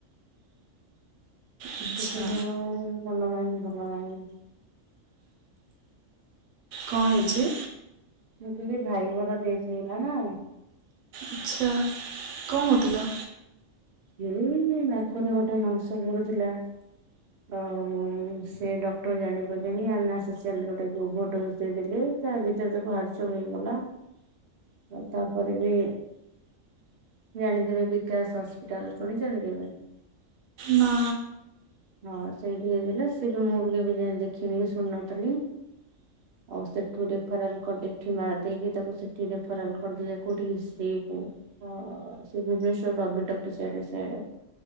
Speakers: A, on the right; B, on the right.
A: ଆଚ୍ଛା।
B: ସେଥିପାଇଁ ଆଉ ମନ ମାଇଣ୍ଡ ଭଲ ନାହିଁ।
A: କଣ ହେଇଚି?
B: ମୁଁ କହିଲି ଭାଇ ମୋର ଡେଥ୍ ହେଇଗଲା ନା।
A: ଆଚ୍ଛା କଣ ହୋଉଥିଲା?
B: ଏଇ ନାକରେ ଗୋଟେ ମାଂସ ବଢୁଥିଲା। ଆଉ ସେ ଡକ୍ଟର ଜାଣି ପାରିଲେନି ଅନାସୋସିଆଲ୍ ଯୋଉଟାକି ଓଭର ଡୋଜ୍ ଦେଇଦେଲେ। ତା ଭିତରେ ତାକୁ ହାର୍ଟ ଚୋକ୍ ହେଇଗଲା। ଆଉ ତାପରେ ବି ଜାଣିଥିବେ ବିକାଶ ହସ ଏଟାର ସୁଣିଚନ୍ତି ଦିନେ?
A: ନା
B: ହଁ ସେଇଠି ହେଇଥିଲେ ସେବି ମୁବି କେବେ ଯାଇ ଦେଖିନିକି ଶୁଣି ନଥିଲି। ଆଉ ସେଠୁ ରେଫରାଲ୍ କରି ଦେଇକି ଏଠି ମାରି ଦେଇକି ତାକୁ ସେଠି ରେଫରାଲ୍ କରିଦେଲେ କୋଉଠି ଶ୍ରୀ କୁ ହଁ ସେ ଭବନେଶ୍ୱର ରବିଟ ସିଆଡ଼େ ସେଆଡ଼େ